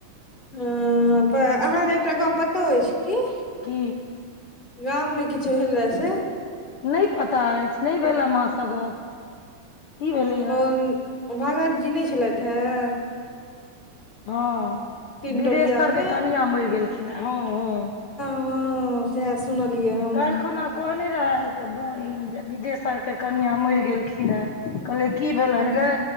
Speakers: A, on the left; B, on the left.
A: हां तऽ अहाँके एकटा गप पतोह अछि की
B: की
A: गाममे किछु भेल रहै से?
B: नै पता एछ नै भेल अय माँ सँ गप की भेलैया?
A: उ-उ भगत जी नै छलैथ हय
B: हां
A: तीन
B: बिदेशर
A: टोलिया मे
B: के कनिया मैर गेलखिन हे, हां-हां।
A: हां साए सुनलियै ह
B: काएल खुना कहने रहेतऽ बहिन जे बिदेसर के कनिया मैर गेलखिन अय। कहलियै की
A: हूँ
B: भेलैन गै।